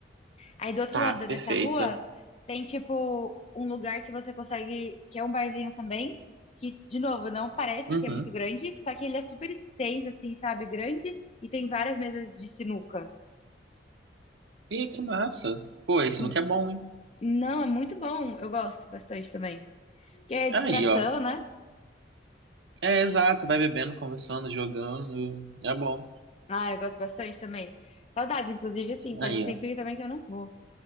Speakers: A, on the left; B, on the right.
A: Aí do outro
B: Tá,
A: lado
B: perfeito.
A: dessa rua tem, tipo, um lugar que você consegue, que é um barzinho também, que, de novo, não parece
B: Uhum.
A: que é muito grande, só que ele é super extenso, assim, sabe, grande, e tem várias mesas de sinuca.
B: Ih, que massa. Pô, esse
A: N-
B: look é bom, hein?
A: Não, é muito bom, eu gosto bastante também. Porque é
B: Aí,
A: distração,
B: ó.
A: né?
B: É, exato, você vai bebendo, conversando, jogando, é bom.
A: Ah, eu gosto bastante também. Saudades, inclusive, assim, faz
B: Aí,
A: um tempinho
B: ó.
A: também que eu não vou.